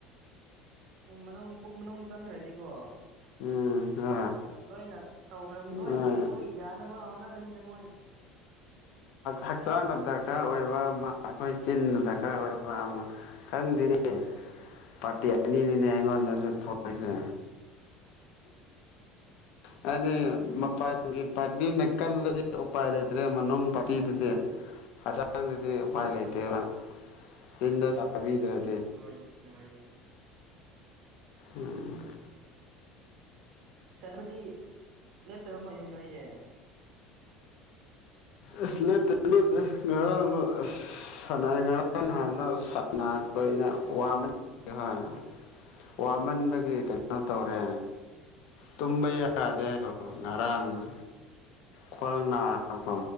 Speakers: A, on the right; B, on the left.
A: ꯎ ꯃꯅꯨꯡ ꯄꯨꯛ ꯃꯅꯨꯡ ꯆꯪꯈ꯭ꯔꯗꯤꯀꯣ
B: ꯎꯝ ꯑ
A: ꯂꯣꯏꯅ ꯂꯣꯏꯅ ꯇꯧꯈ꯭ꯔꯕꯅꯤ
B: ꯎꯝ
A: ꯂꯣꯏꯅ ꯃꯣꯏ ꯌꯥꯅꯕ ꯍꯣꯠꯅꯒꯅꯤꯗ ꯃꯣꯏꯅ
B: ꯍꯛꯆꯥꯡꯗ ꯗꯔꯀꯥꯔ ꯑꯣꯏꯕ ꯑꯃ ꯑꯩꯈꯣꯏ ꯆꯤꯟꯅ ꯗꯔꯀꯥꯔ ꯑꯣꯏꯕ ꯑꯃ ꯈꯪꯗꯅꯦ
A: ꯍꯣꯏꯅꯦ
B: ꯄꯥꯔꯇꯤ ꯑꯅꯤꯅꯤꯅꯦ ꯑꯩꯉꯣꯟꯗꯁꯨ ꯊꯣꯛꯣꯏꯁꯦ ꯑ ꯃꯄꯥꯒꯤ ꯄ ꯗꯤ ꯅꯥꯀꯜꯗꯗꯤ ꯎꯄꯥꯏ ꯂꯩꯇ꯭ꯔꯦ ꯃꯅꯨꯡ ꯄꯥꯇꯤꯗꯗꯤ ꯍꯛꯆꯥꯡꯗꯗꯤ ꯎꯄꯥꯏ ꯂꯩꯇ꯭ꯔꯦ ꯦꯕ ꯁꯤ ꯆꯕꯤꯗ꯭ꯔꯦ
A: ꯍ ꯋꯥ
B: ꯎꯝ
A: ꯁꯅꯅꯕꯗꯤ ꯂꯦꯞꯇꯕ ꯃꯅꯤ ꯅꯣꯏꯁꯦ
B: ꯑ ꯂꯦꯞꯇꯦꯦꯞꯇꯦ ꯉꯔꯥꯡꯗꯣ ꯑ ꯁꯥꯟꯅꯩ ꯉꯔꯥꯡ
A: ꯇꯥꯕ꯭ꯔꯥ
B: ꯅꯍꯥꯟꯅ ꯅꯅꯥꯈꯣꯏꯩꯅ
A: ꯎꯝ
B: ꯋꯥꯅꯤ ꯍꯣꯏ ꯋꯥꯃꯟꯕꯒꯤ ꯀꯩꯅꯣ ꯇꯧꯔꯦ ꯇꯨꯝꯕ ꯌꯥꯗꯦꯣ ꯉꯔꯥꯡꯅ ꯈ꯭ꯋꯥꯡꯅꯅꯥ ꯀꯣ